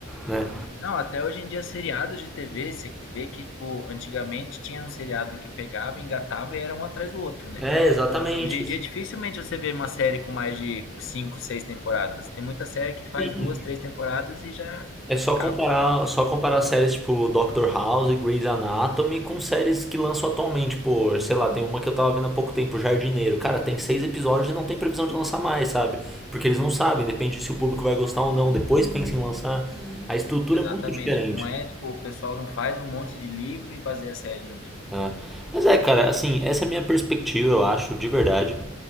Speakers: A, in the centre; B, on the left.
A: né?
B: Não, até hoje em dia, seriados de TV, você vê que, tipo, antigamente tinha um seriado que pegava, engatava e era um atrás do outro, né?
A: É, exatamente.
B: Hoje em dia, dificilmente você vê uma série com mais de cinco, seis temporadas. Tem muita série que faz
A: Sim.
B: duas, três temporadas e já
A: É só
B: acaba.
A: comparar, só comparar séries tipo Doctor House e Grey's Anatomy com séries que lançam atualmente. Pô, sei lá, tem uma que eu tava vendo há pouco tempo, Jardineiro. Cara, tem seis episódios e não tem previsão de lançar mais, sabe? Porque eles não sabem, depende se o público vai gostar ou não. Depois pensa em lançar. A estrutura
B: Exatamente.
A: é muito diferente.
B: Não é, tipo, o pessoal não faz um monte de livro e baseia a série no livro,
A: né?
B: né?
A: Mas é, cara,
B: Hoje
A: assim,
B: em dia.
A: essa é a minha perspectiva, eu acho, de verdade.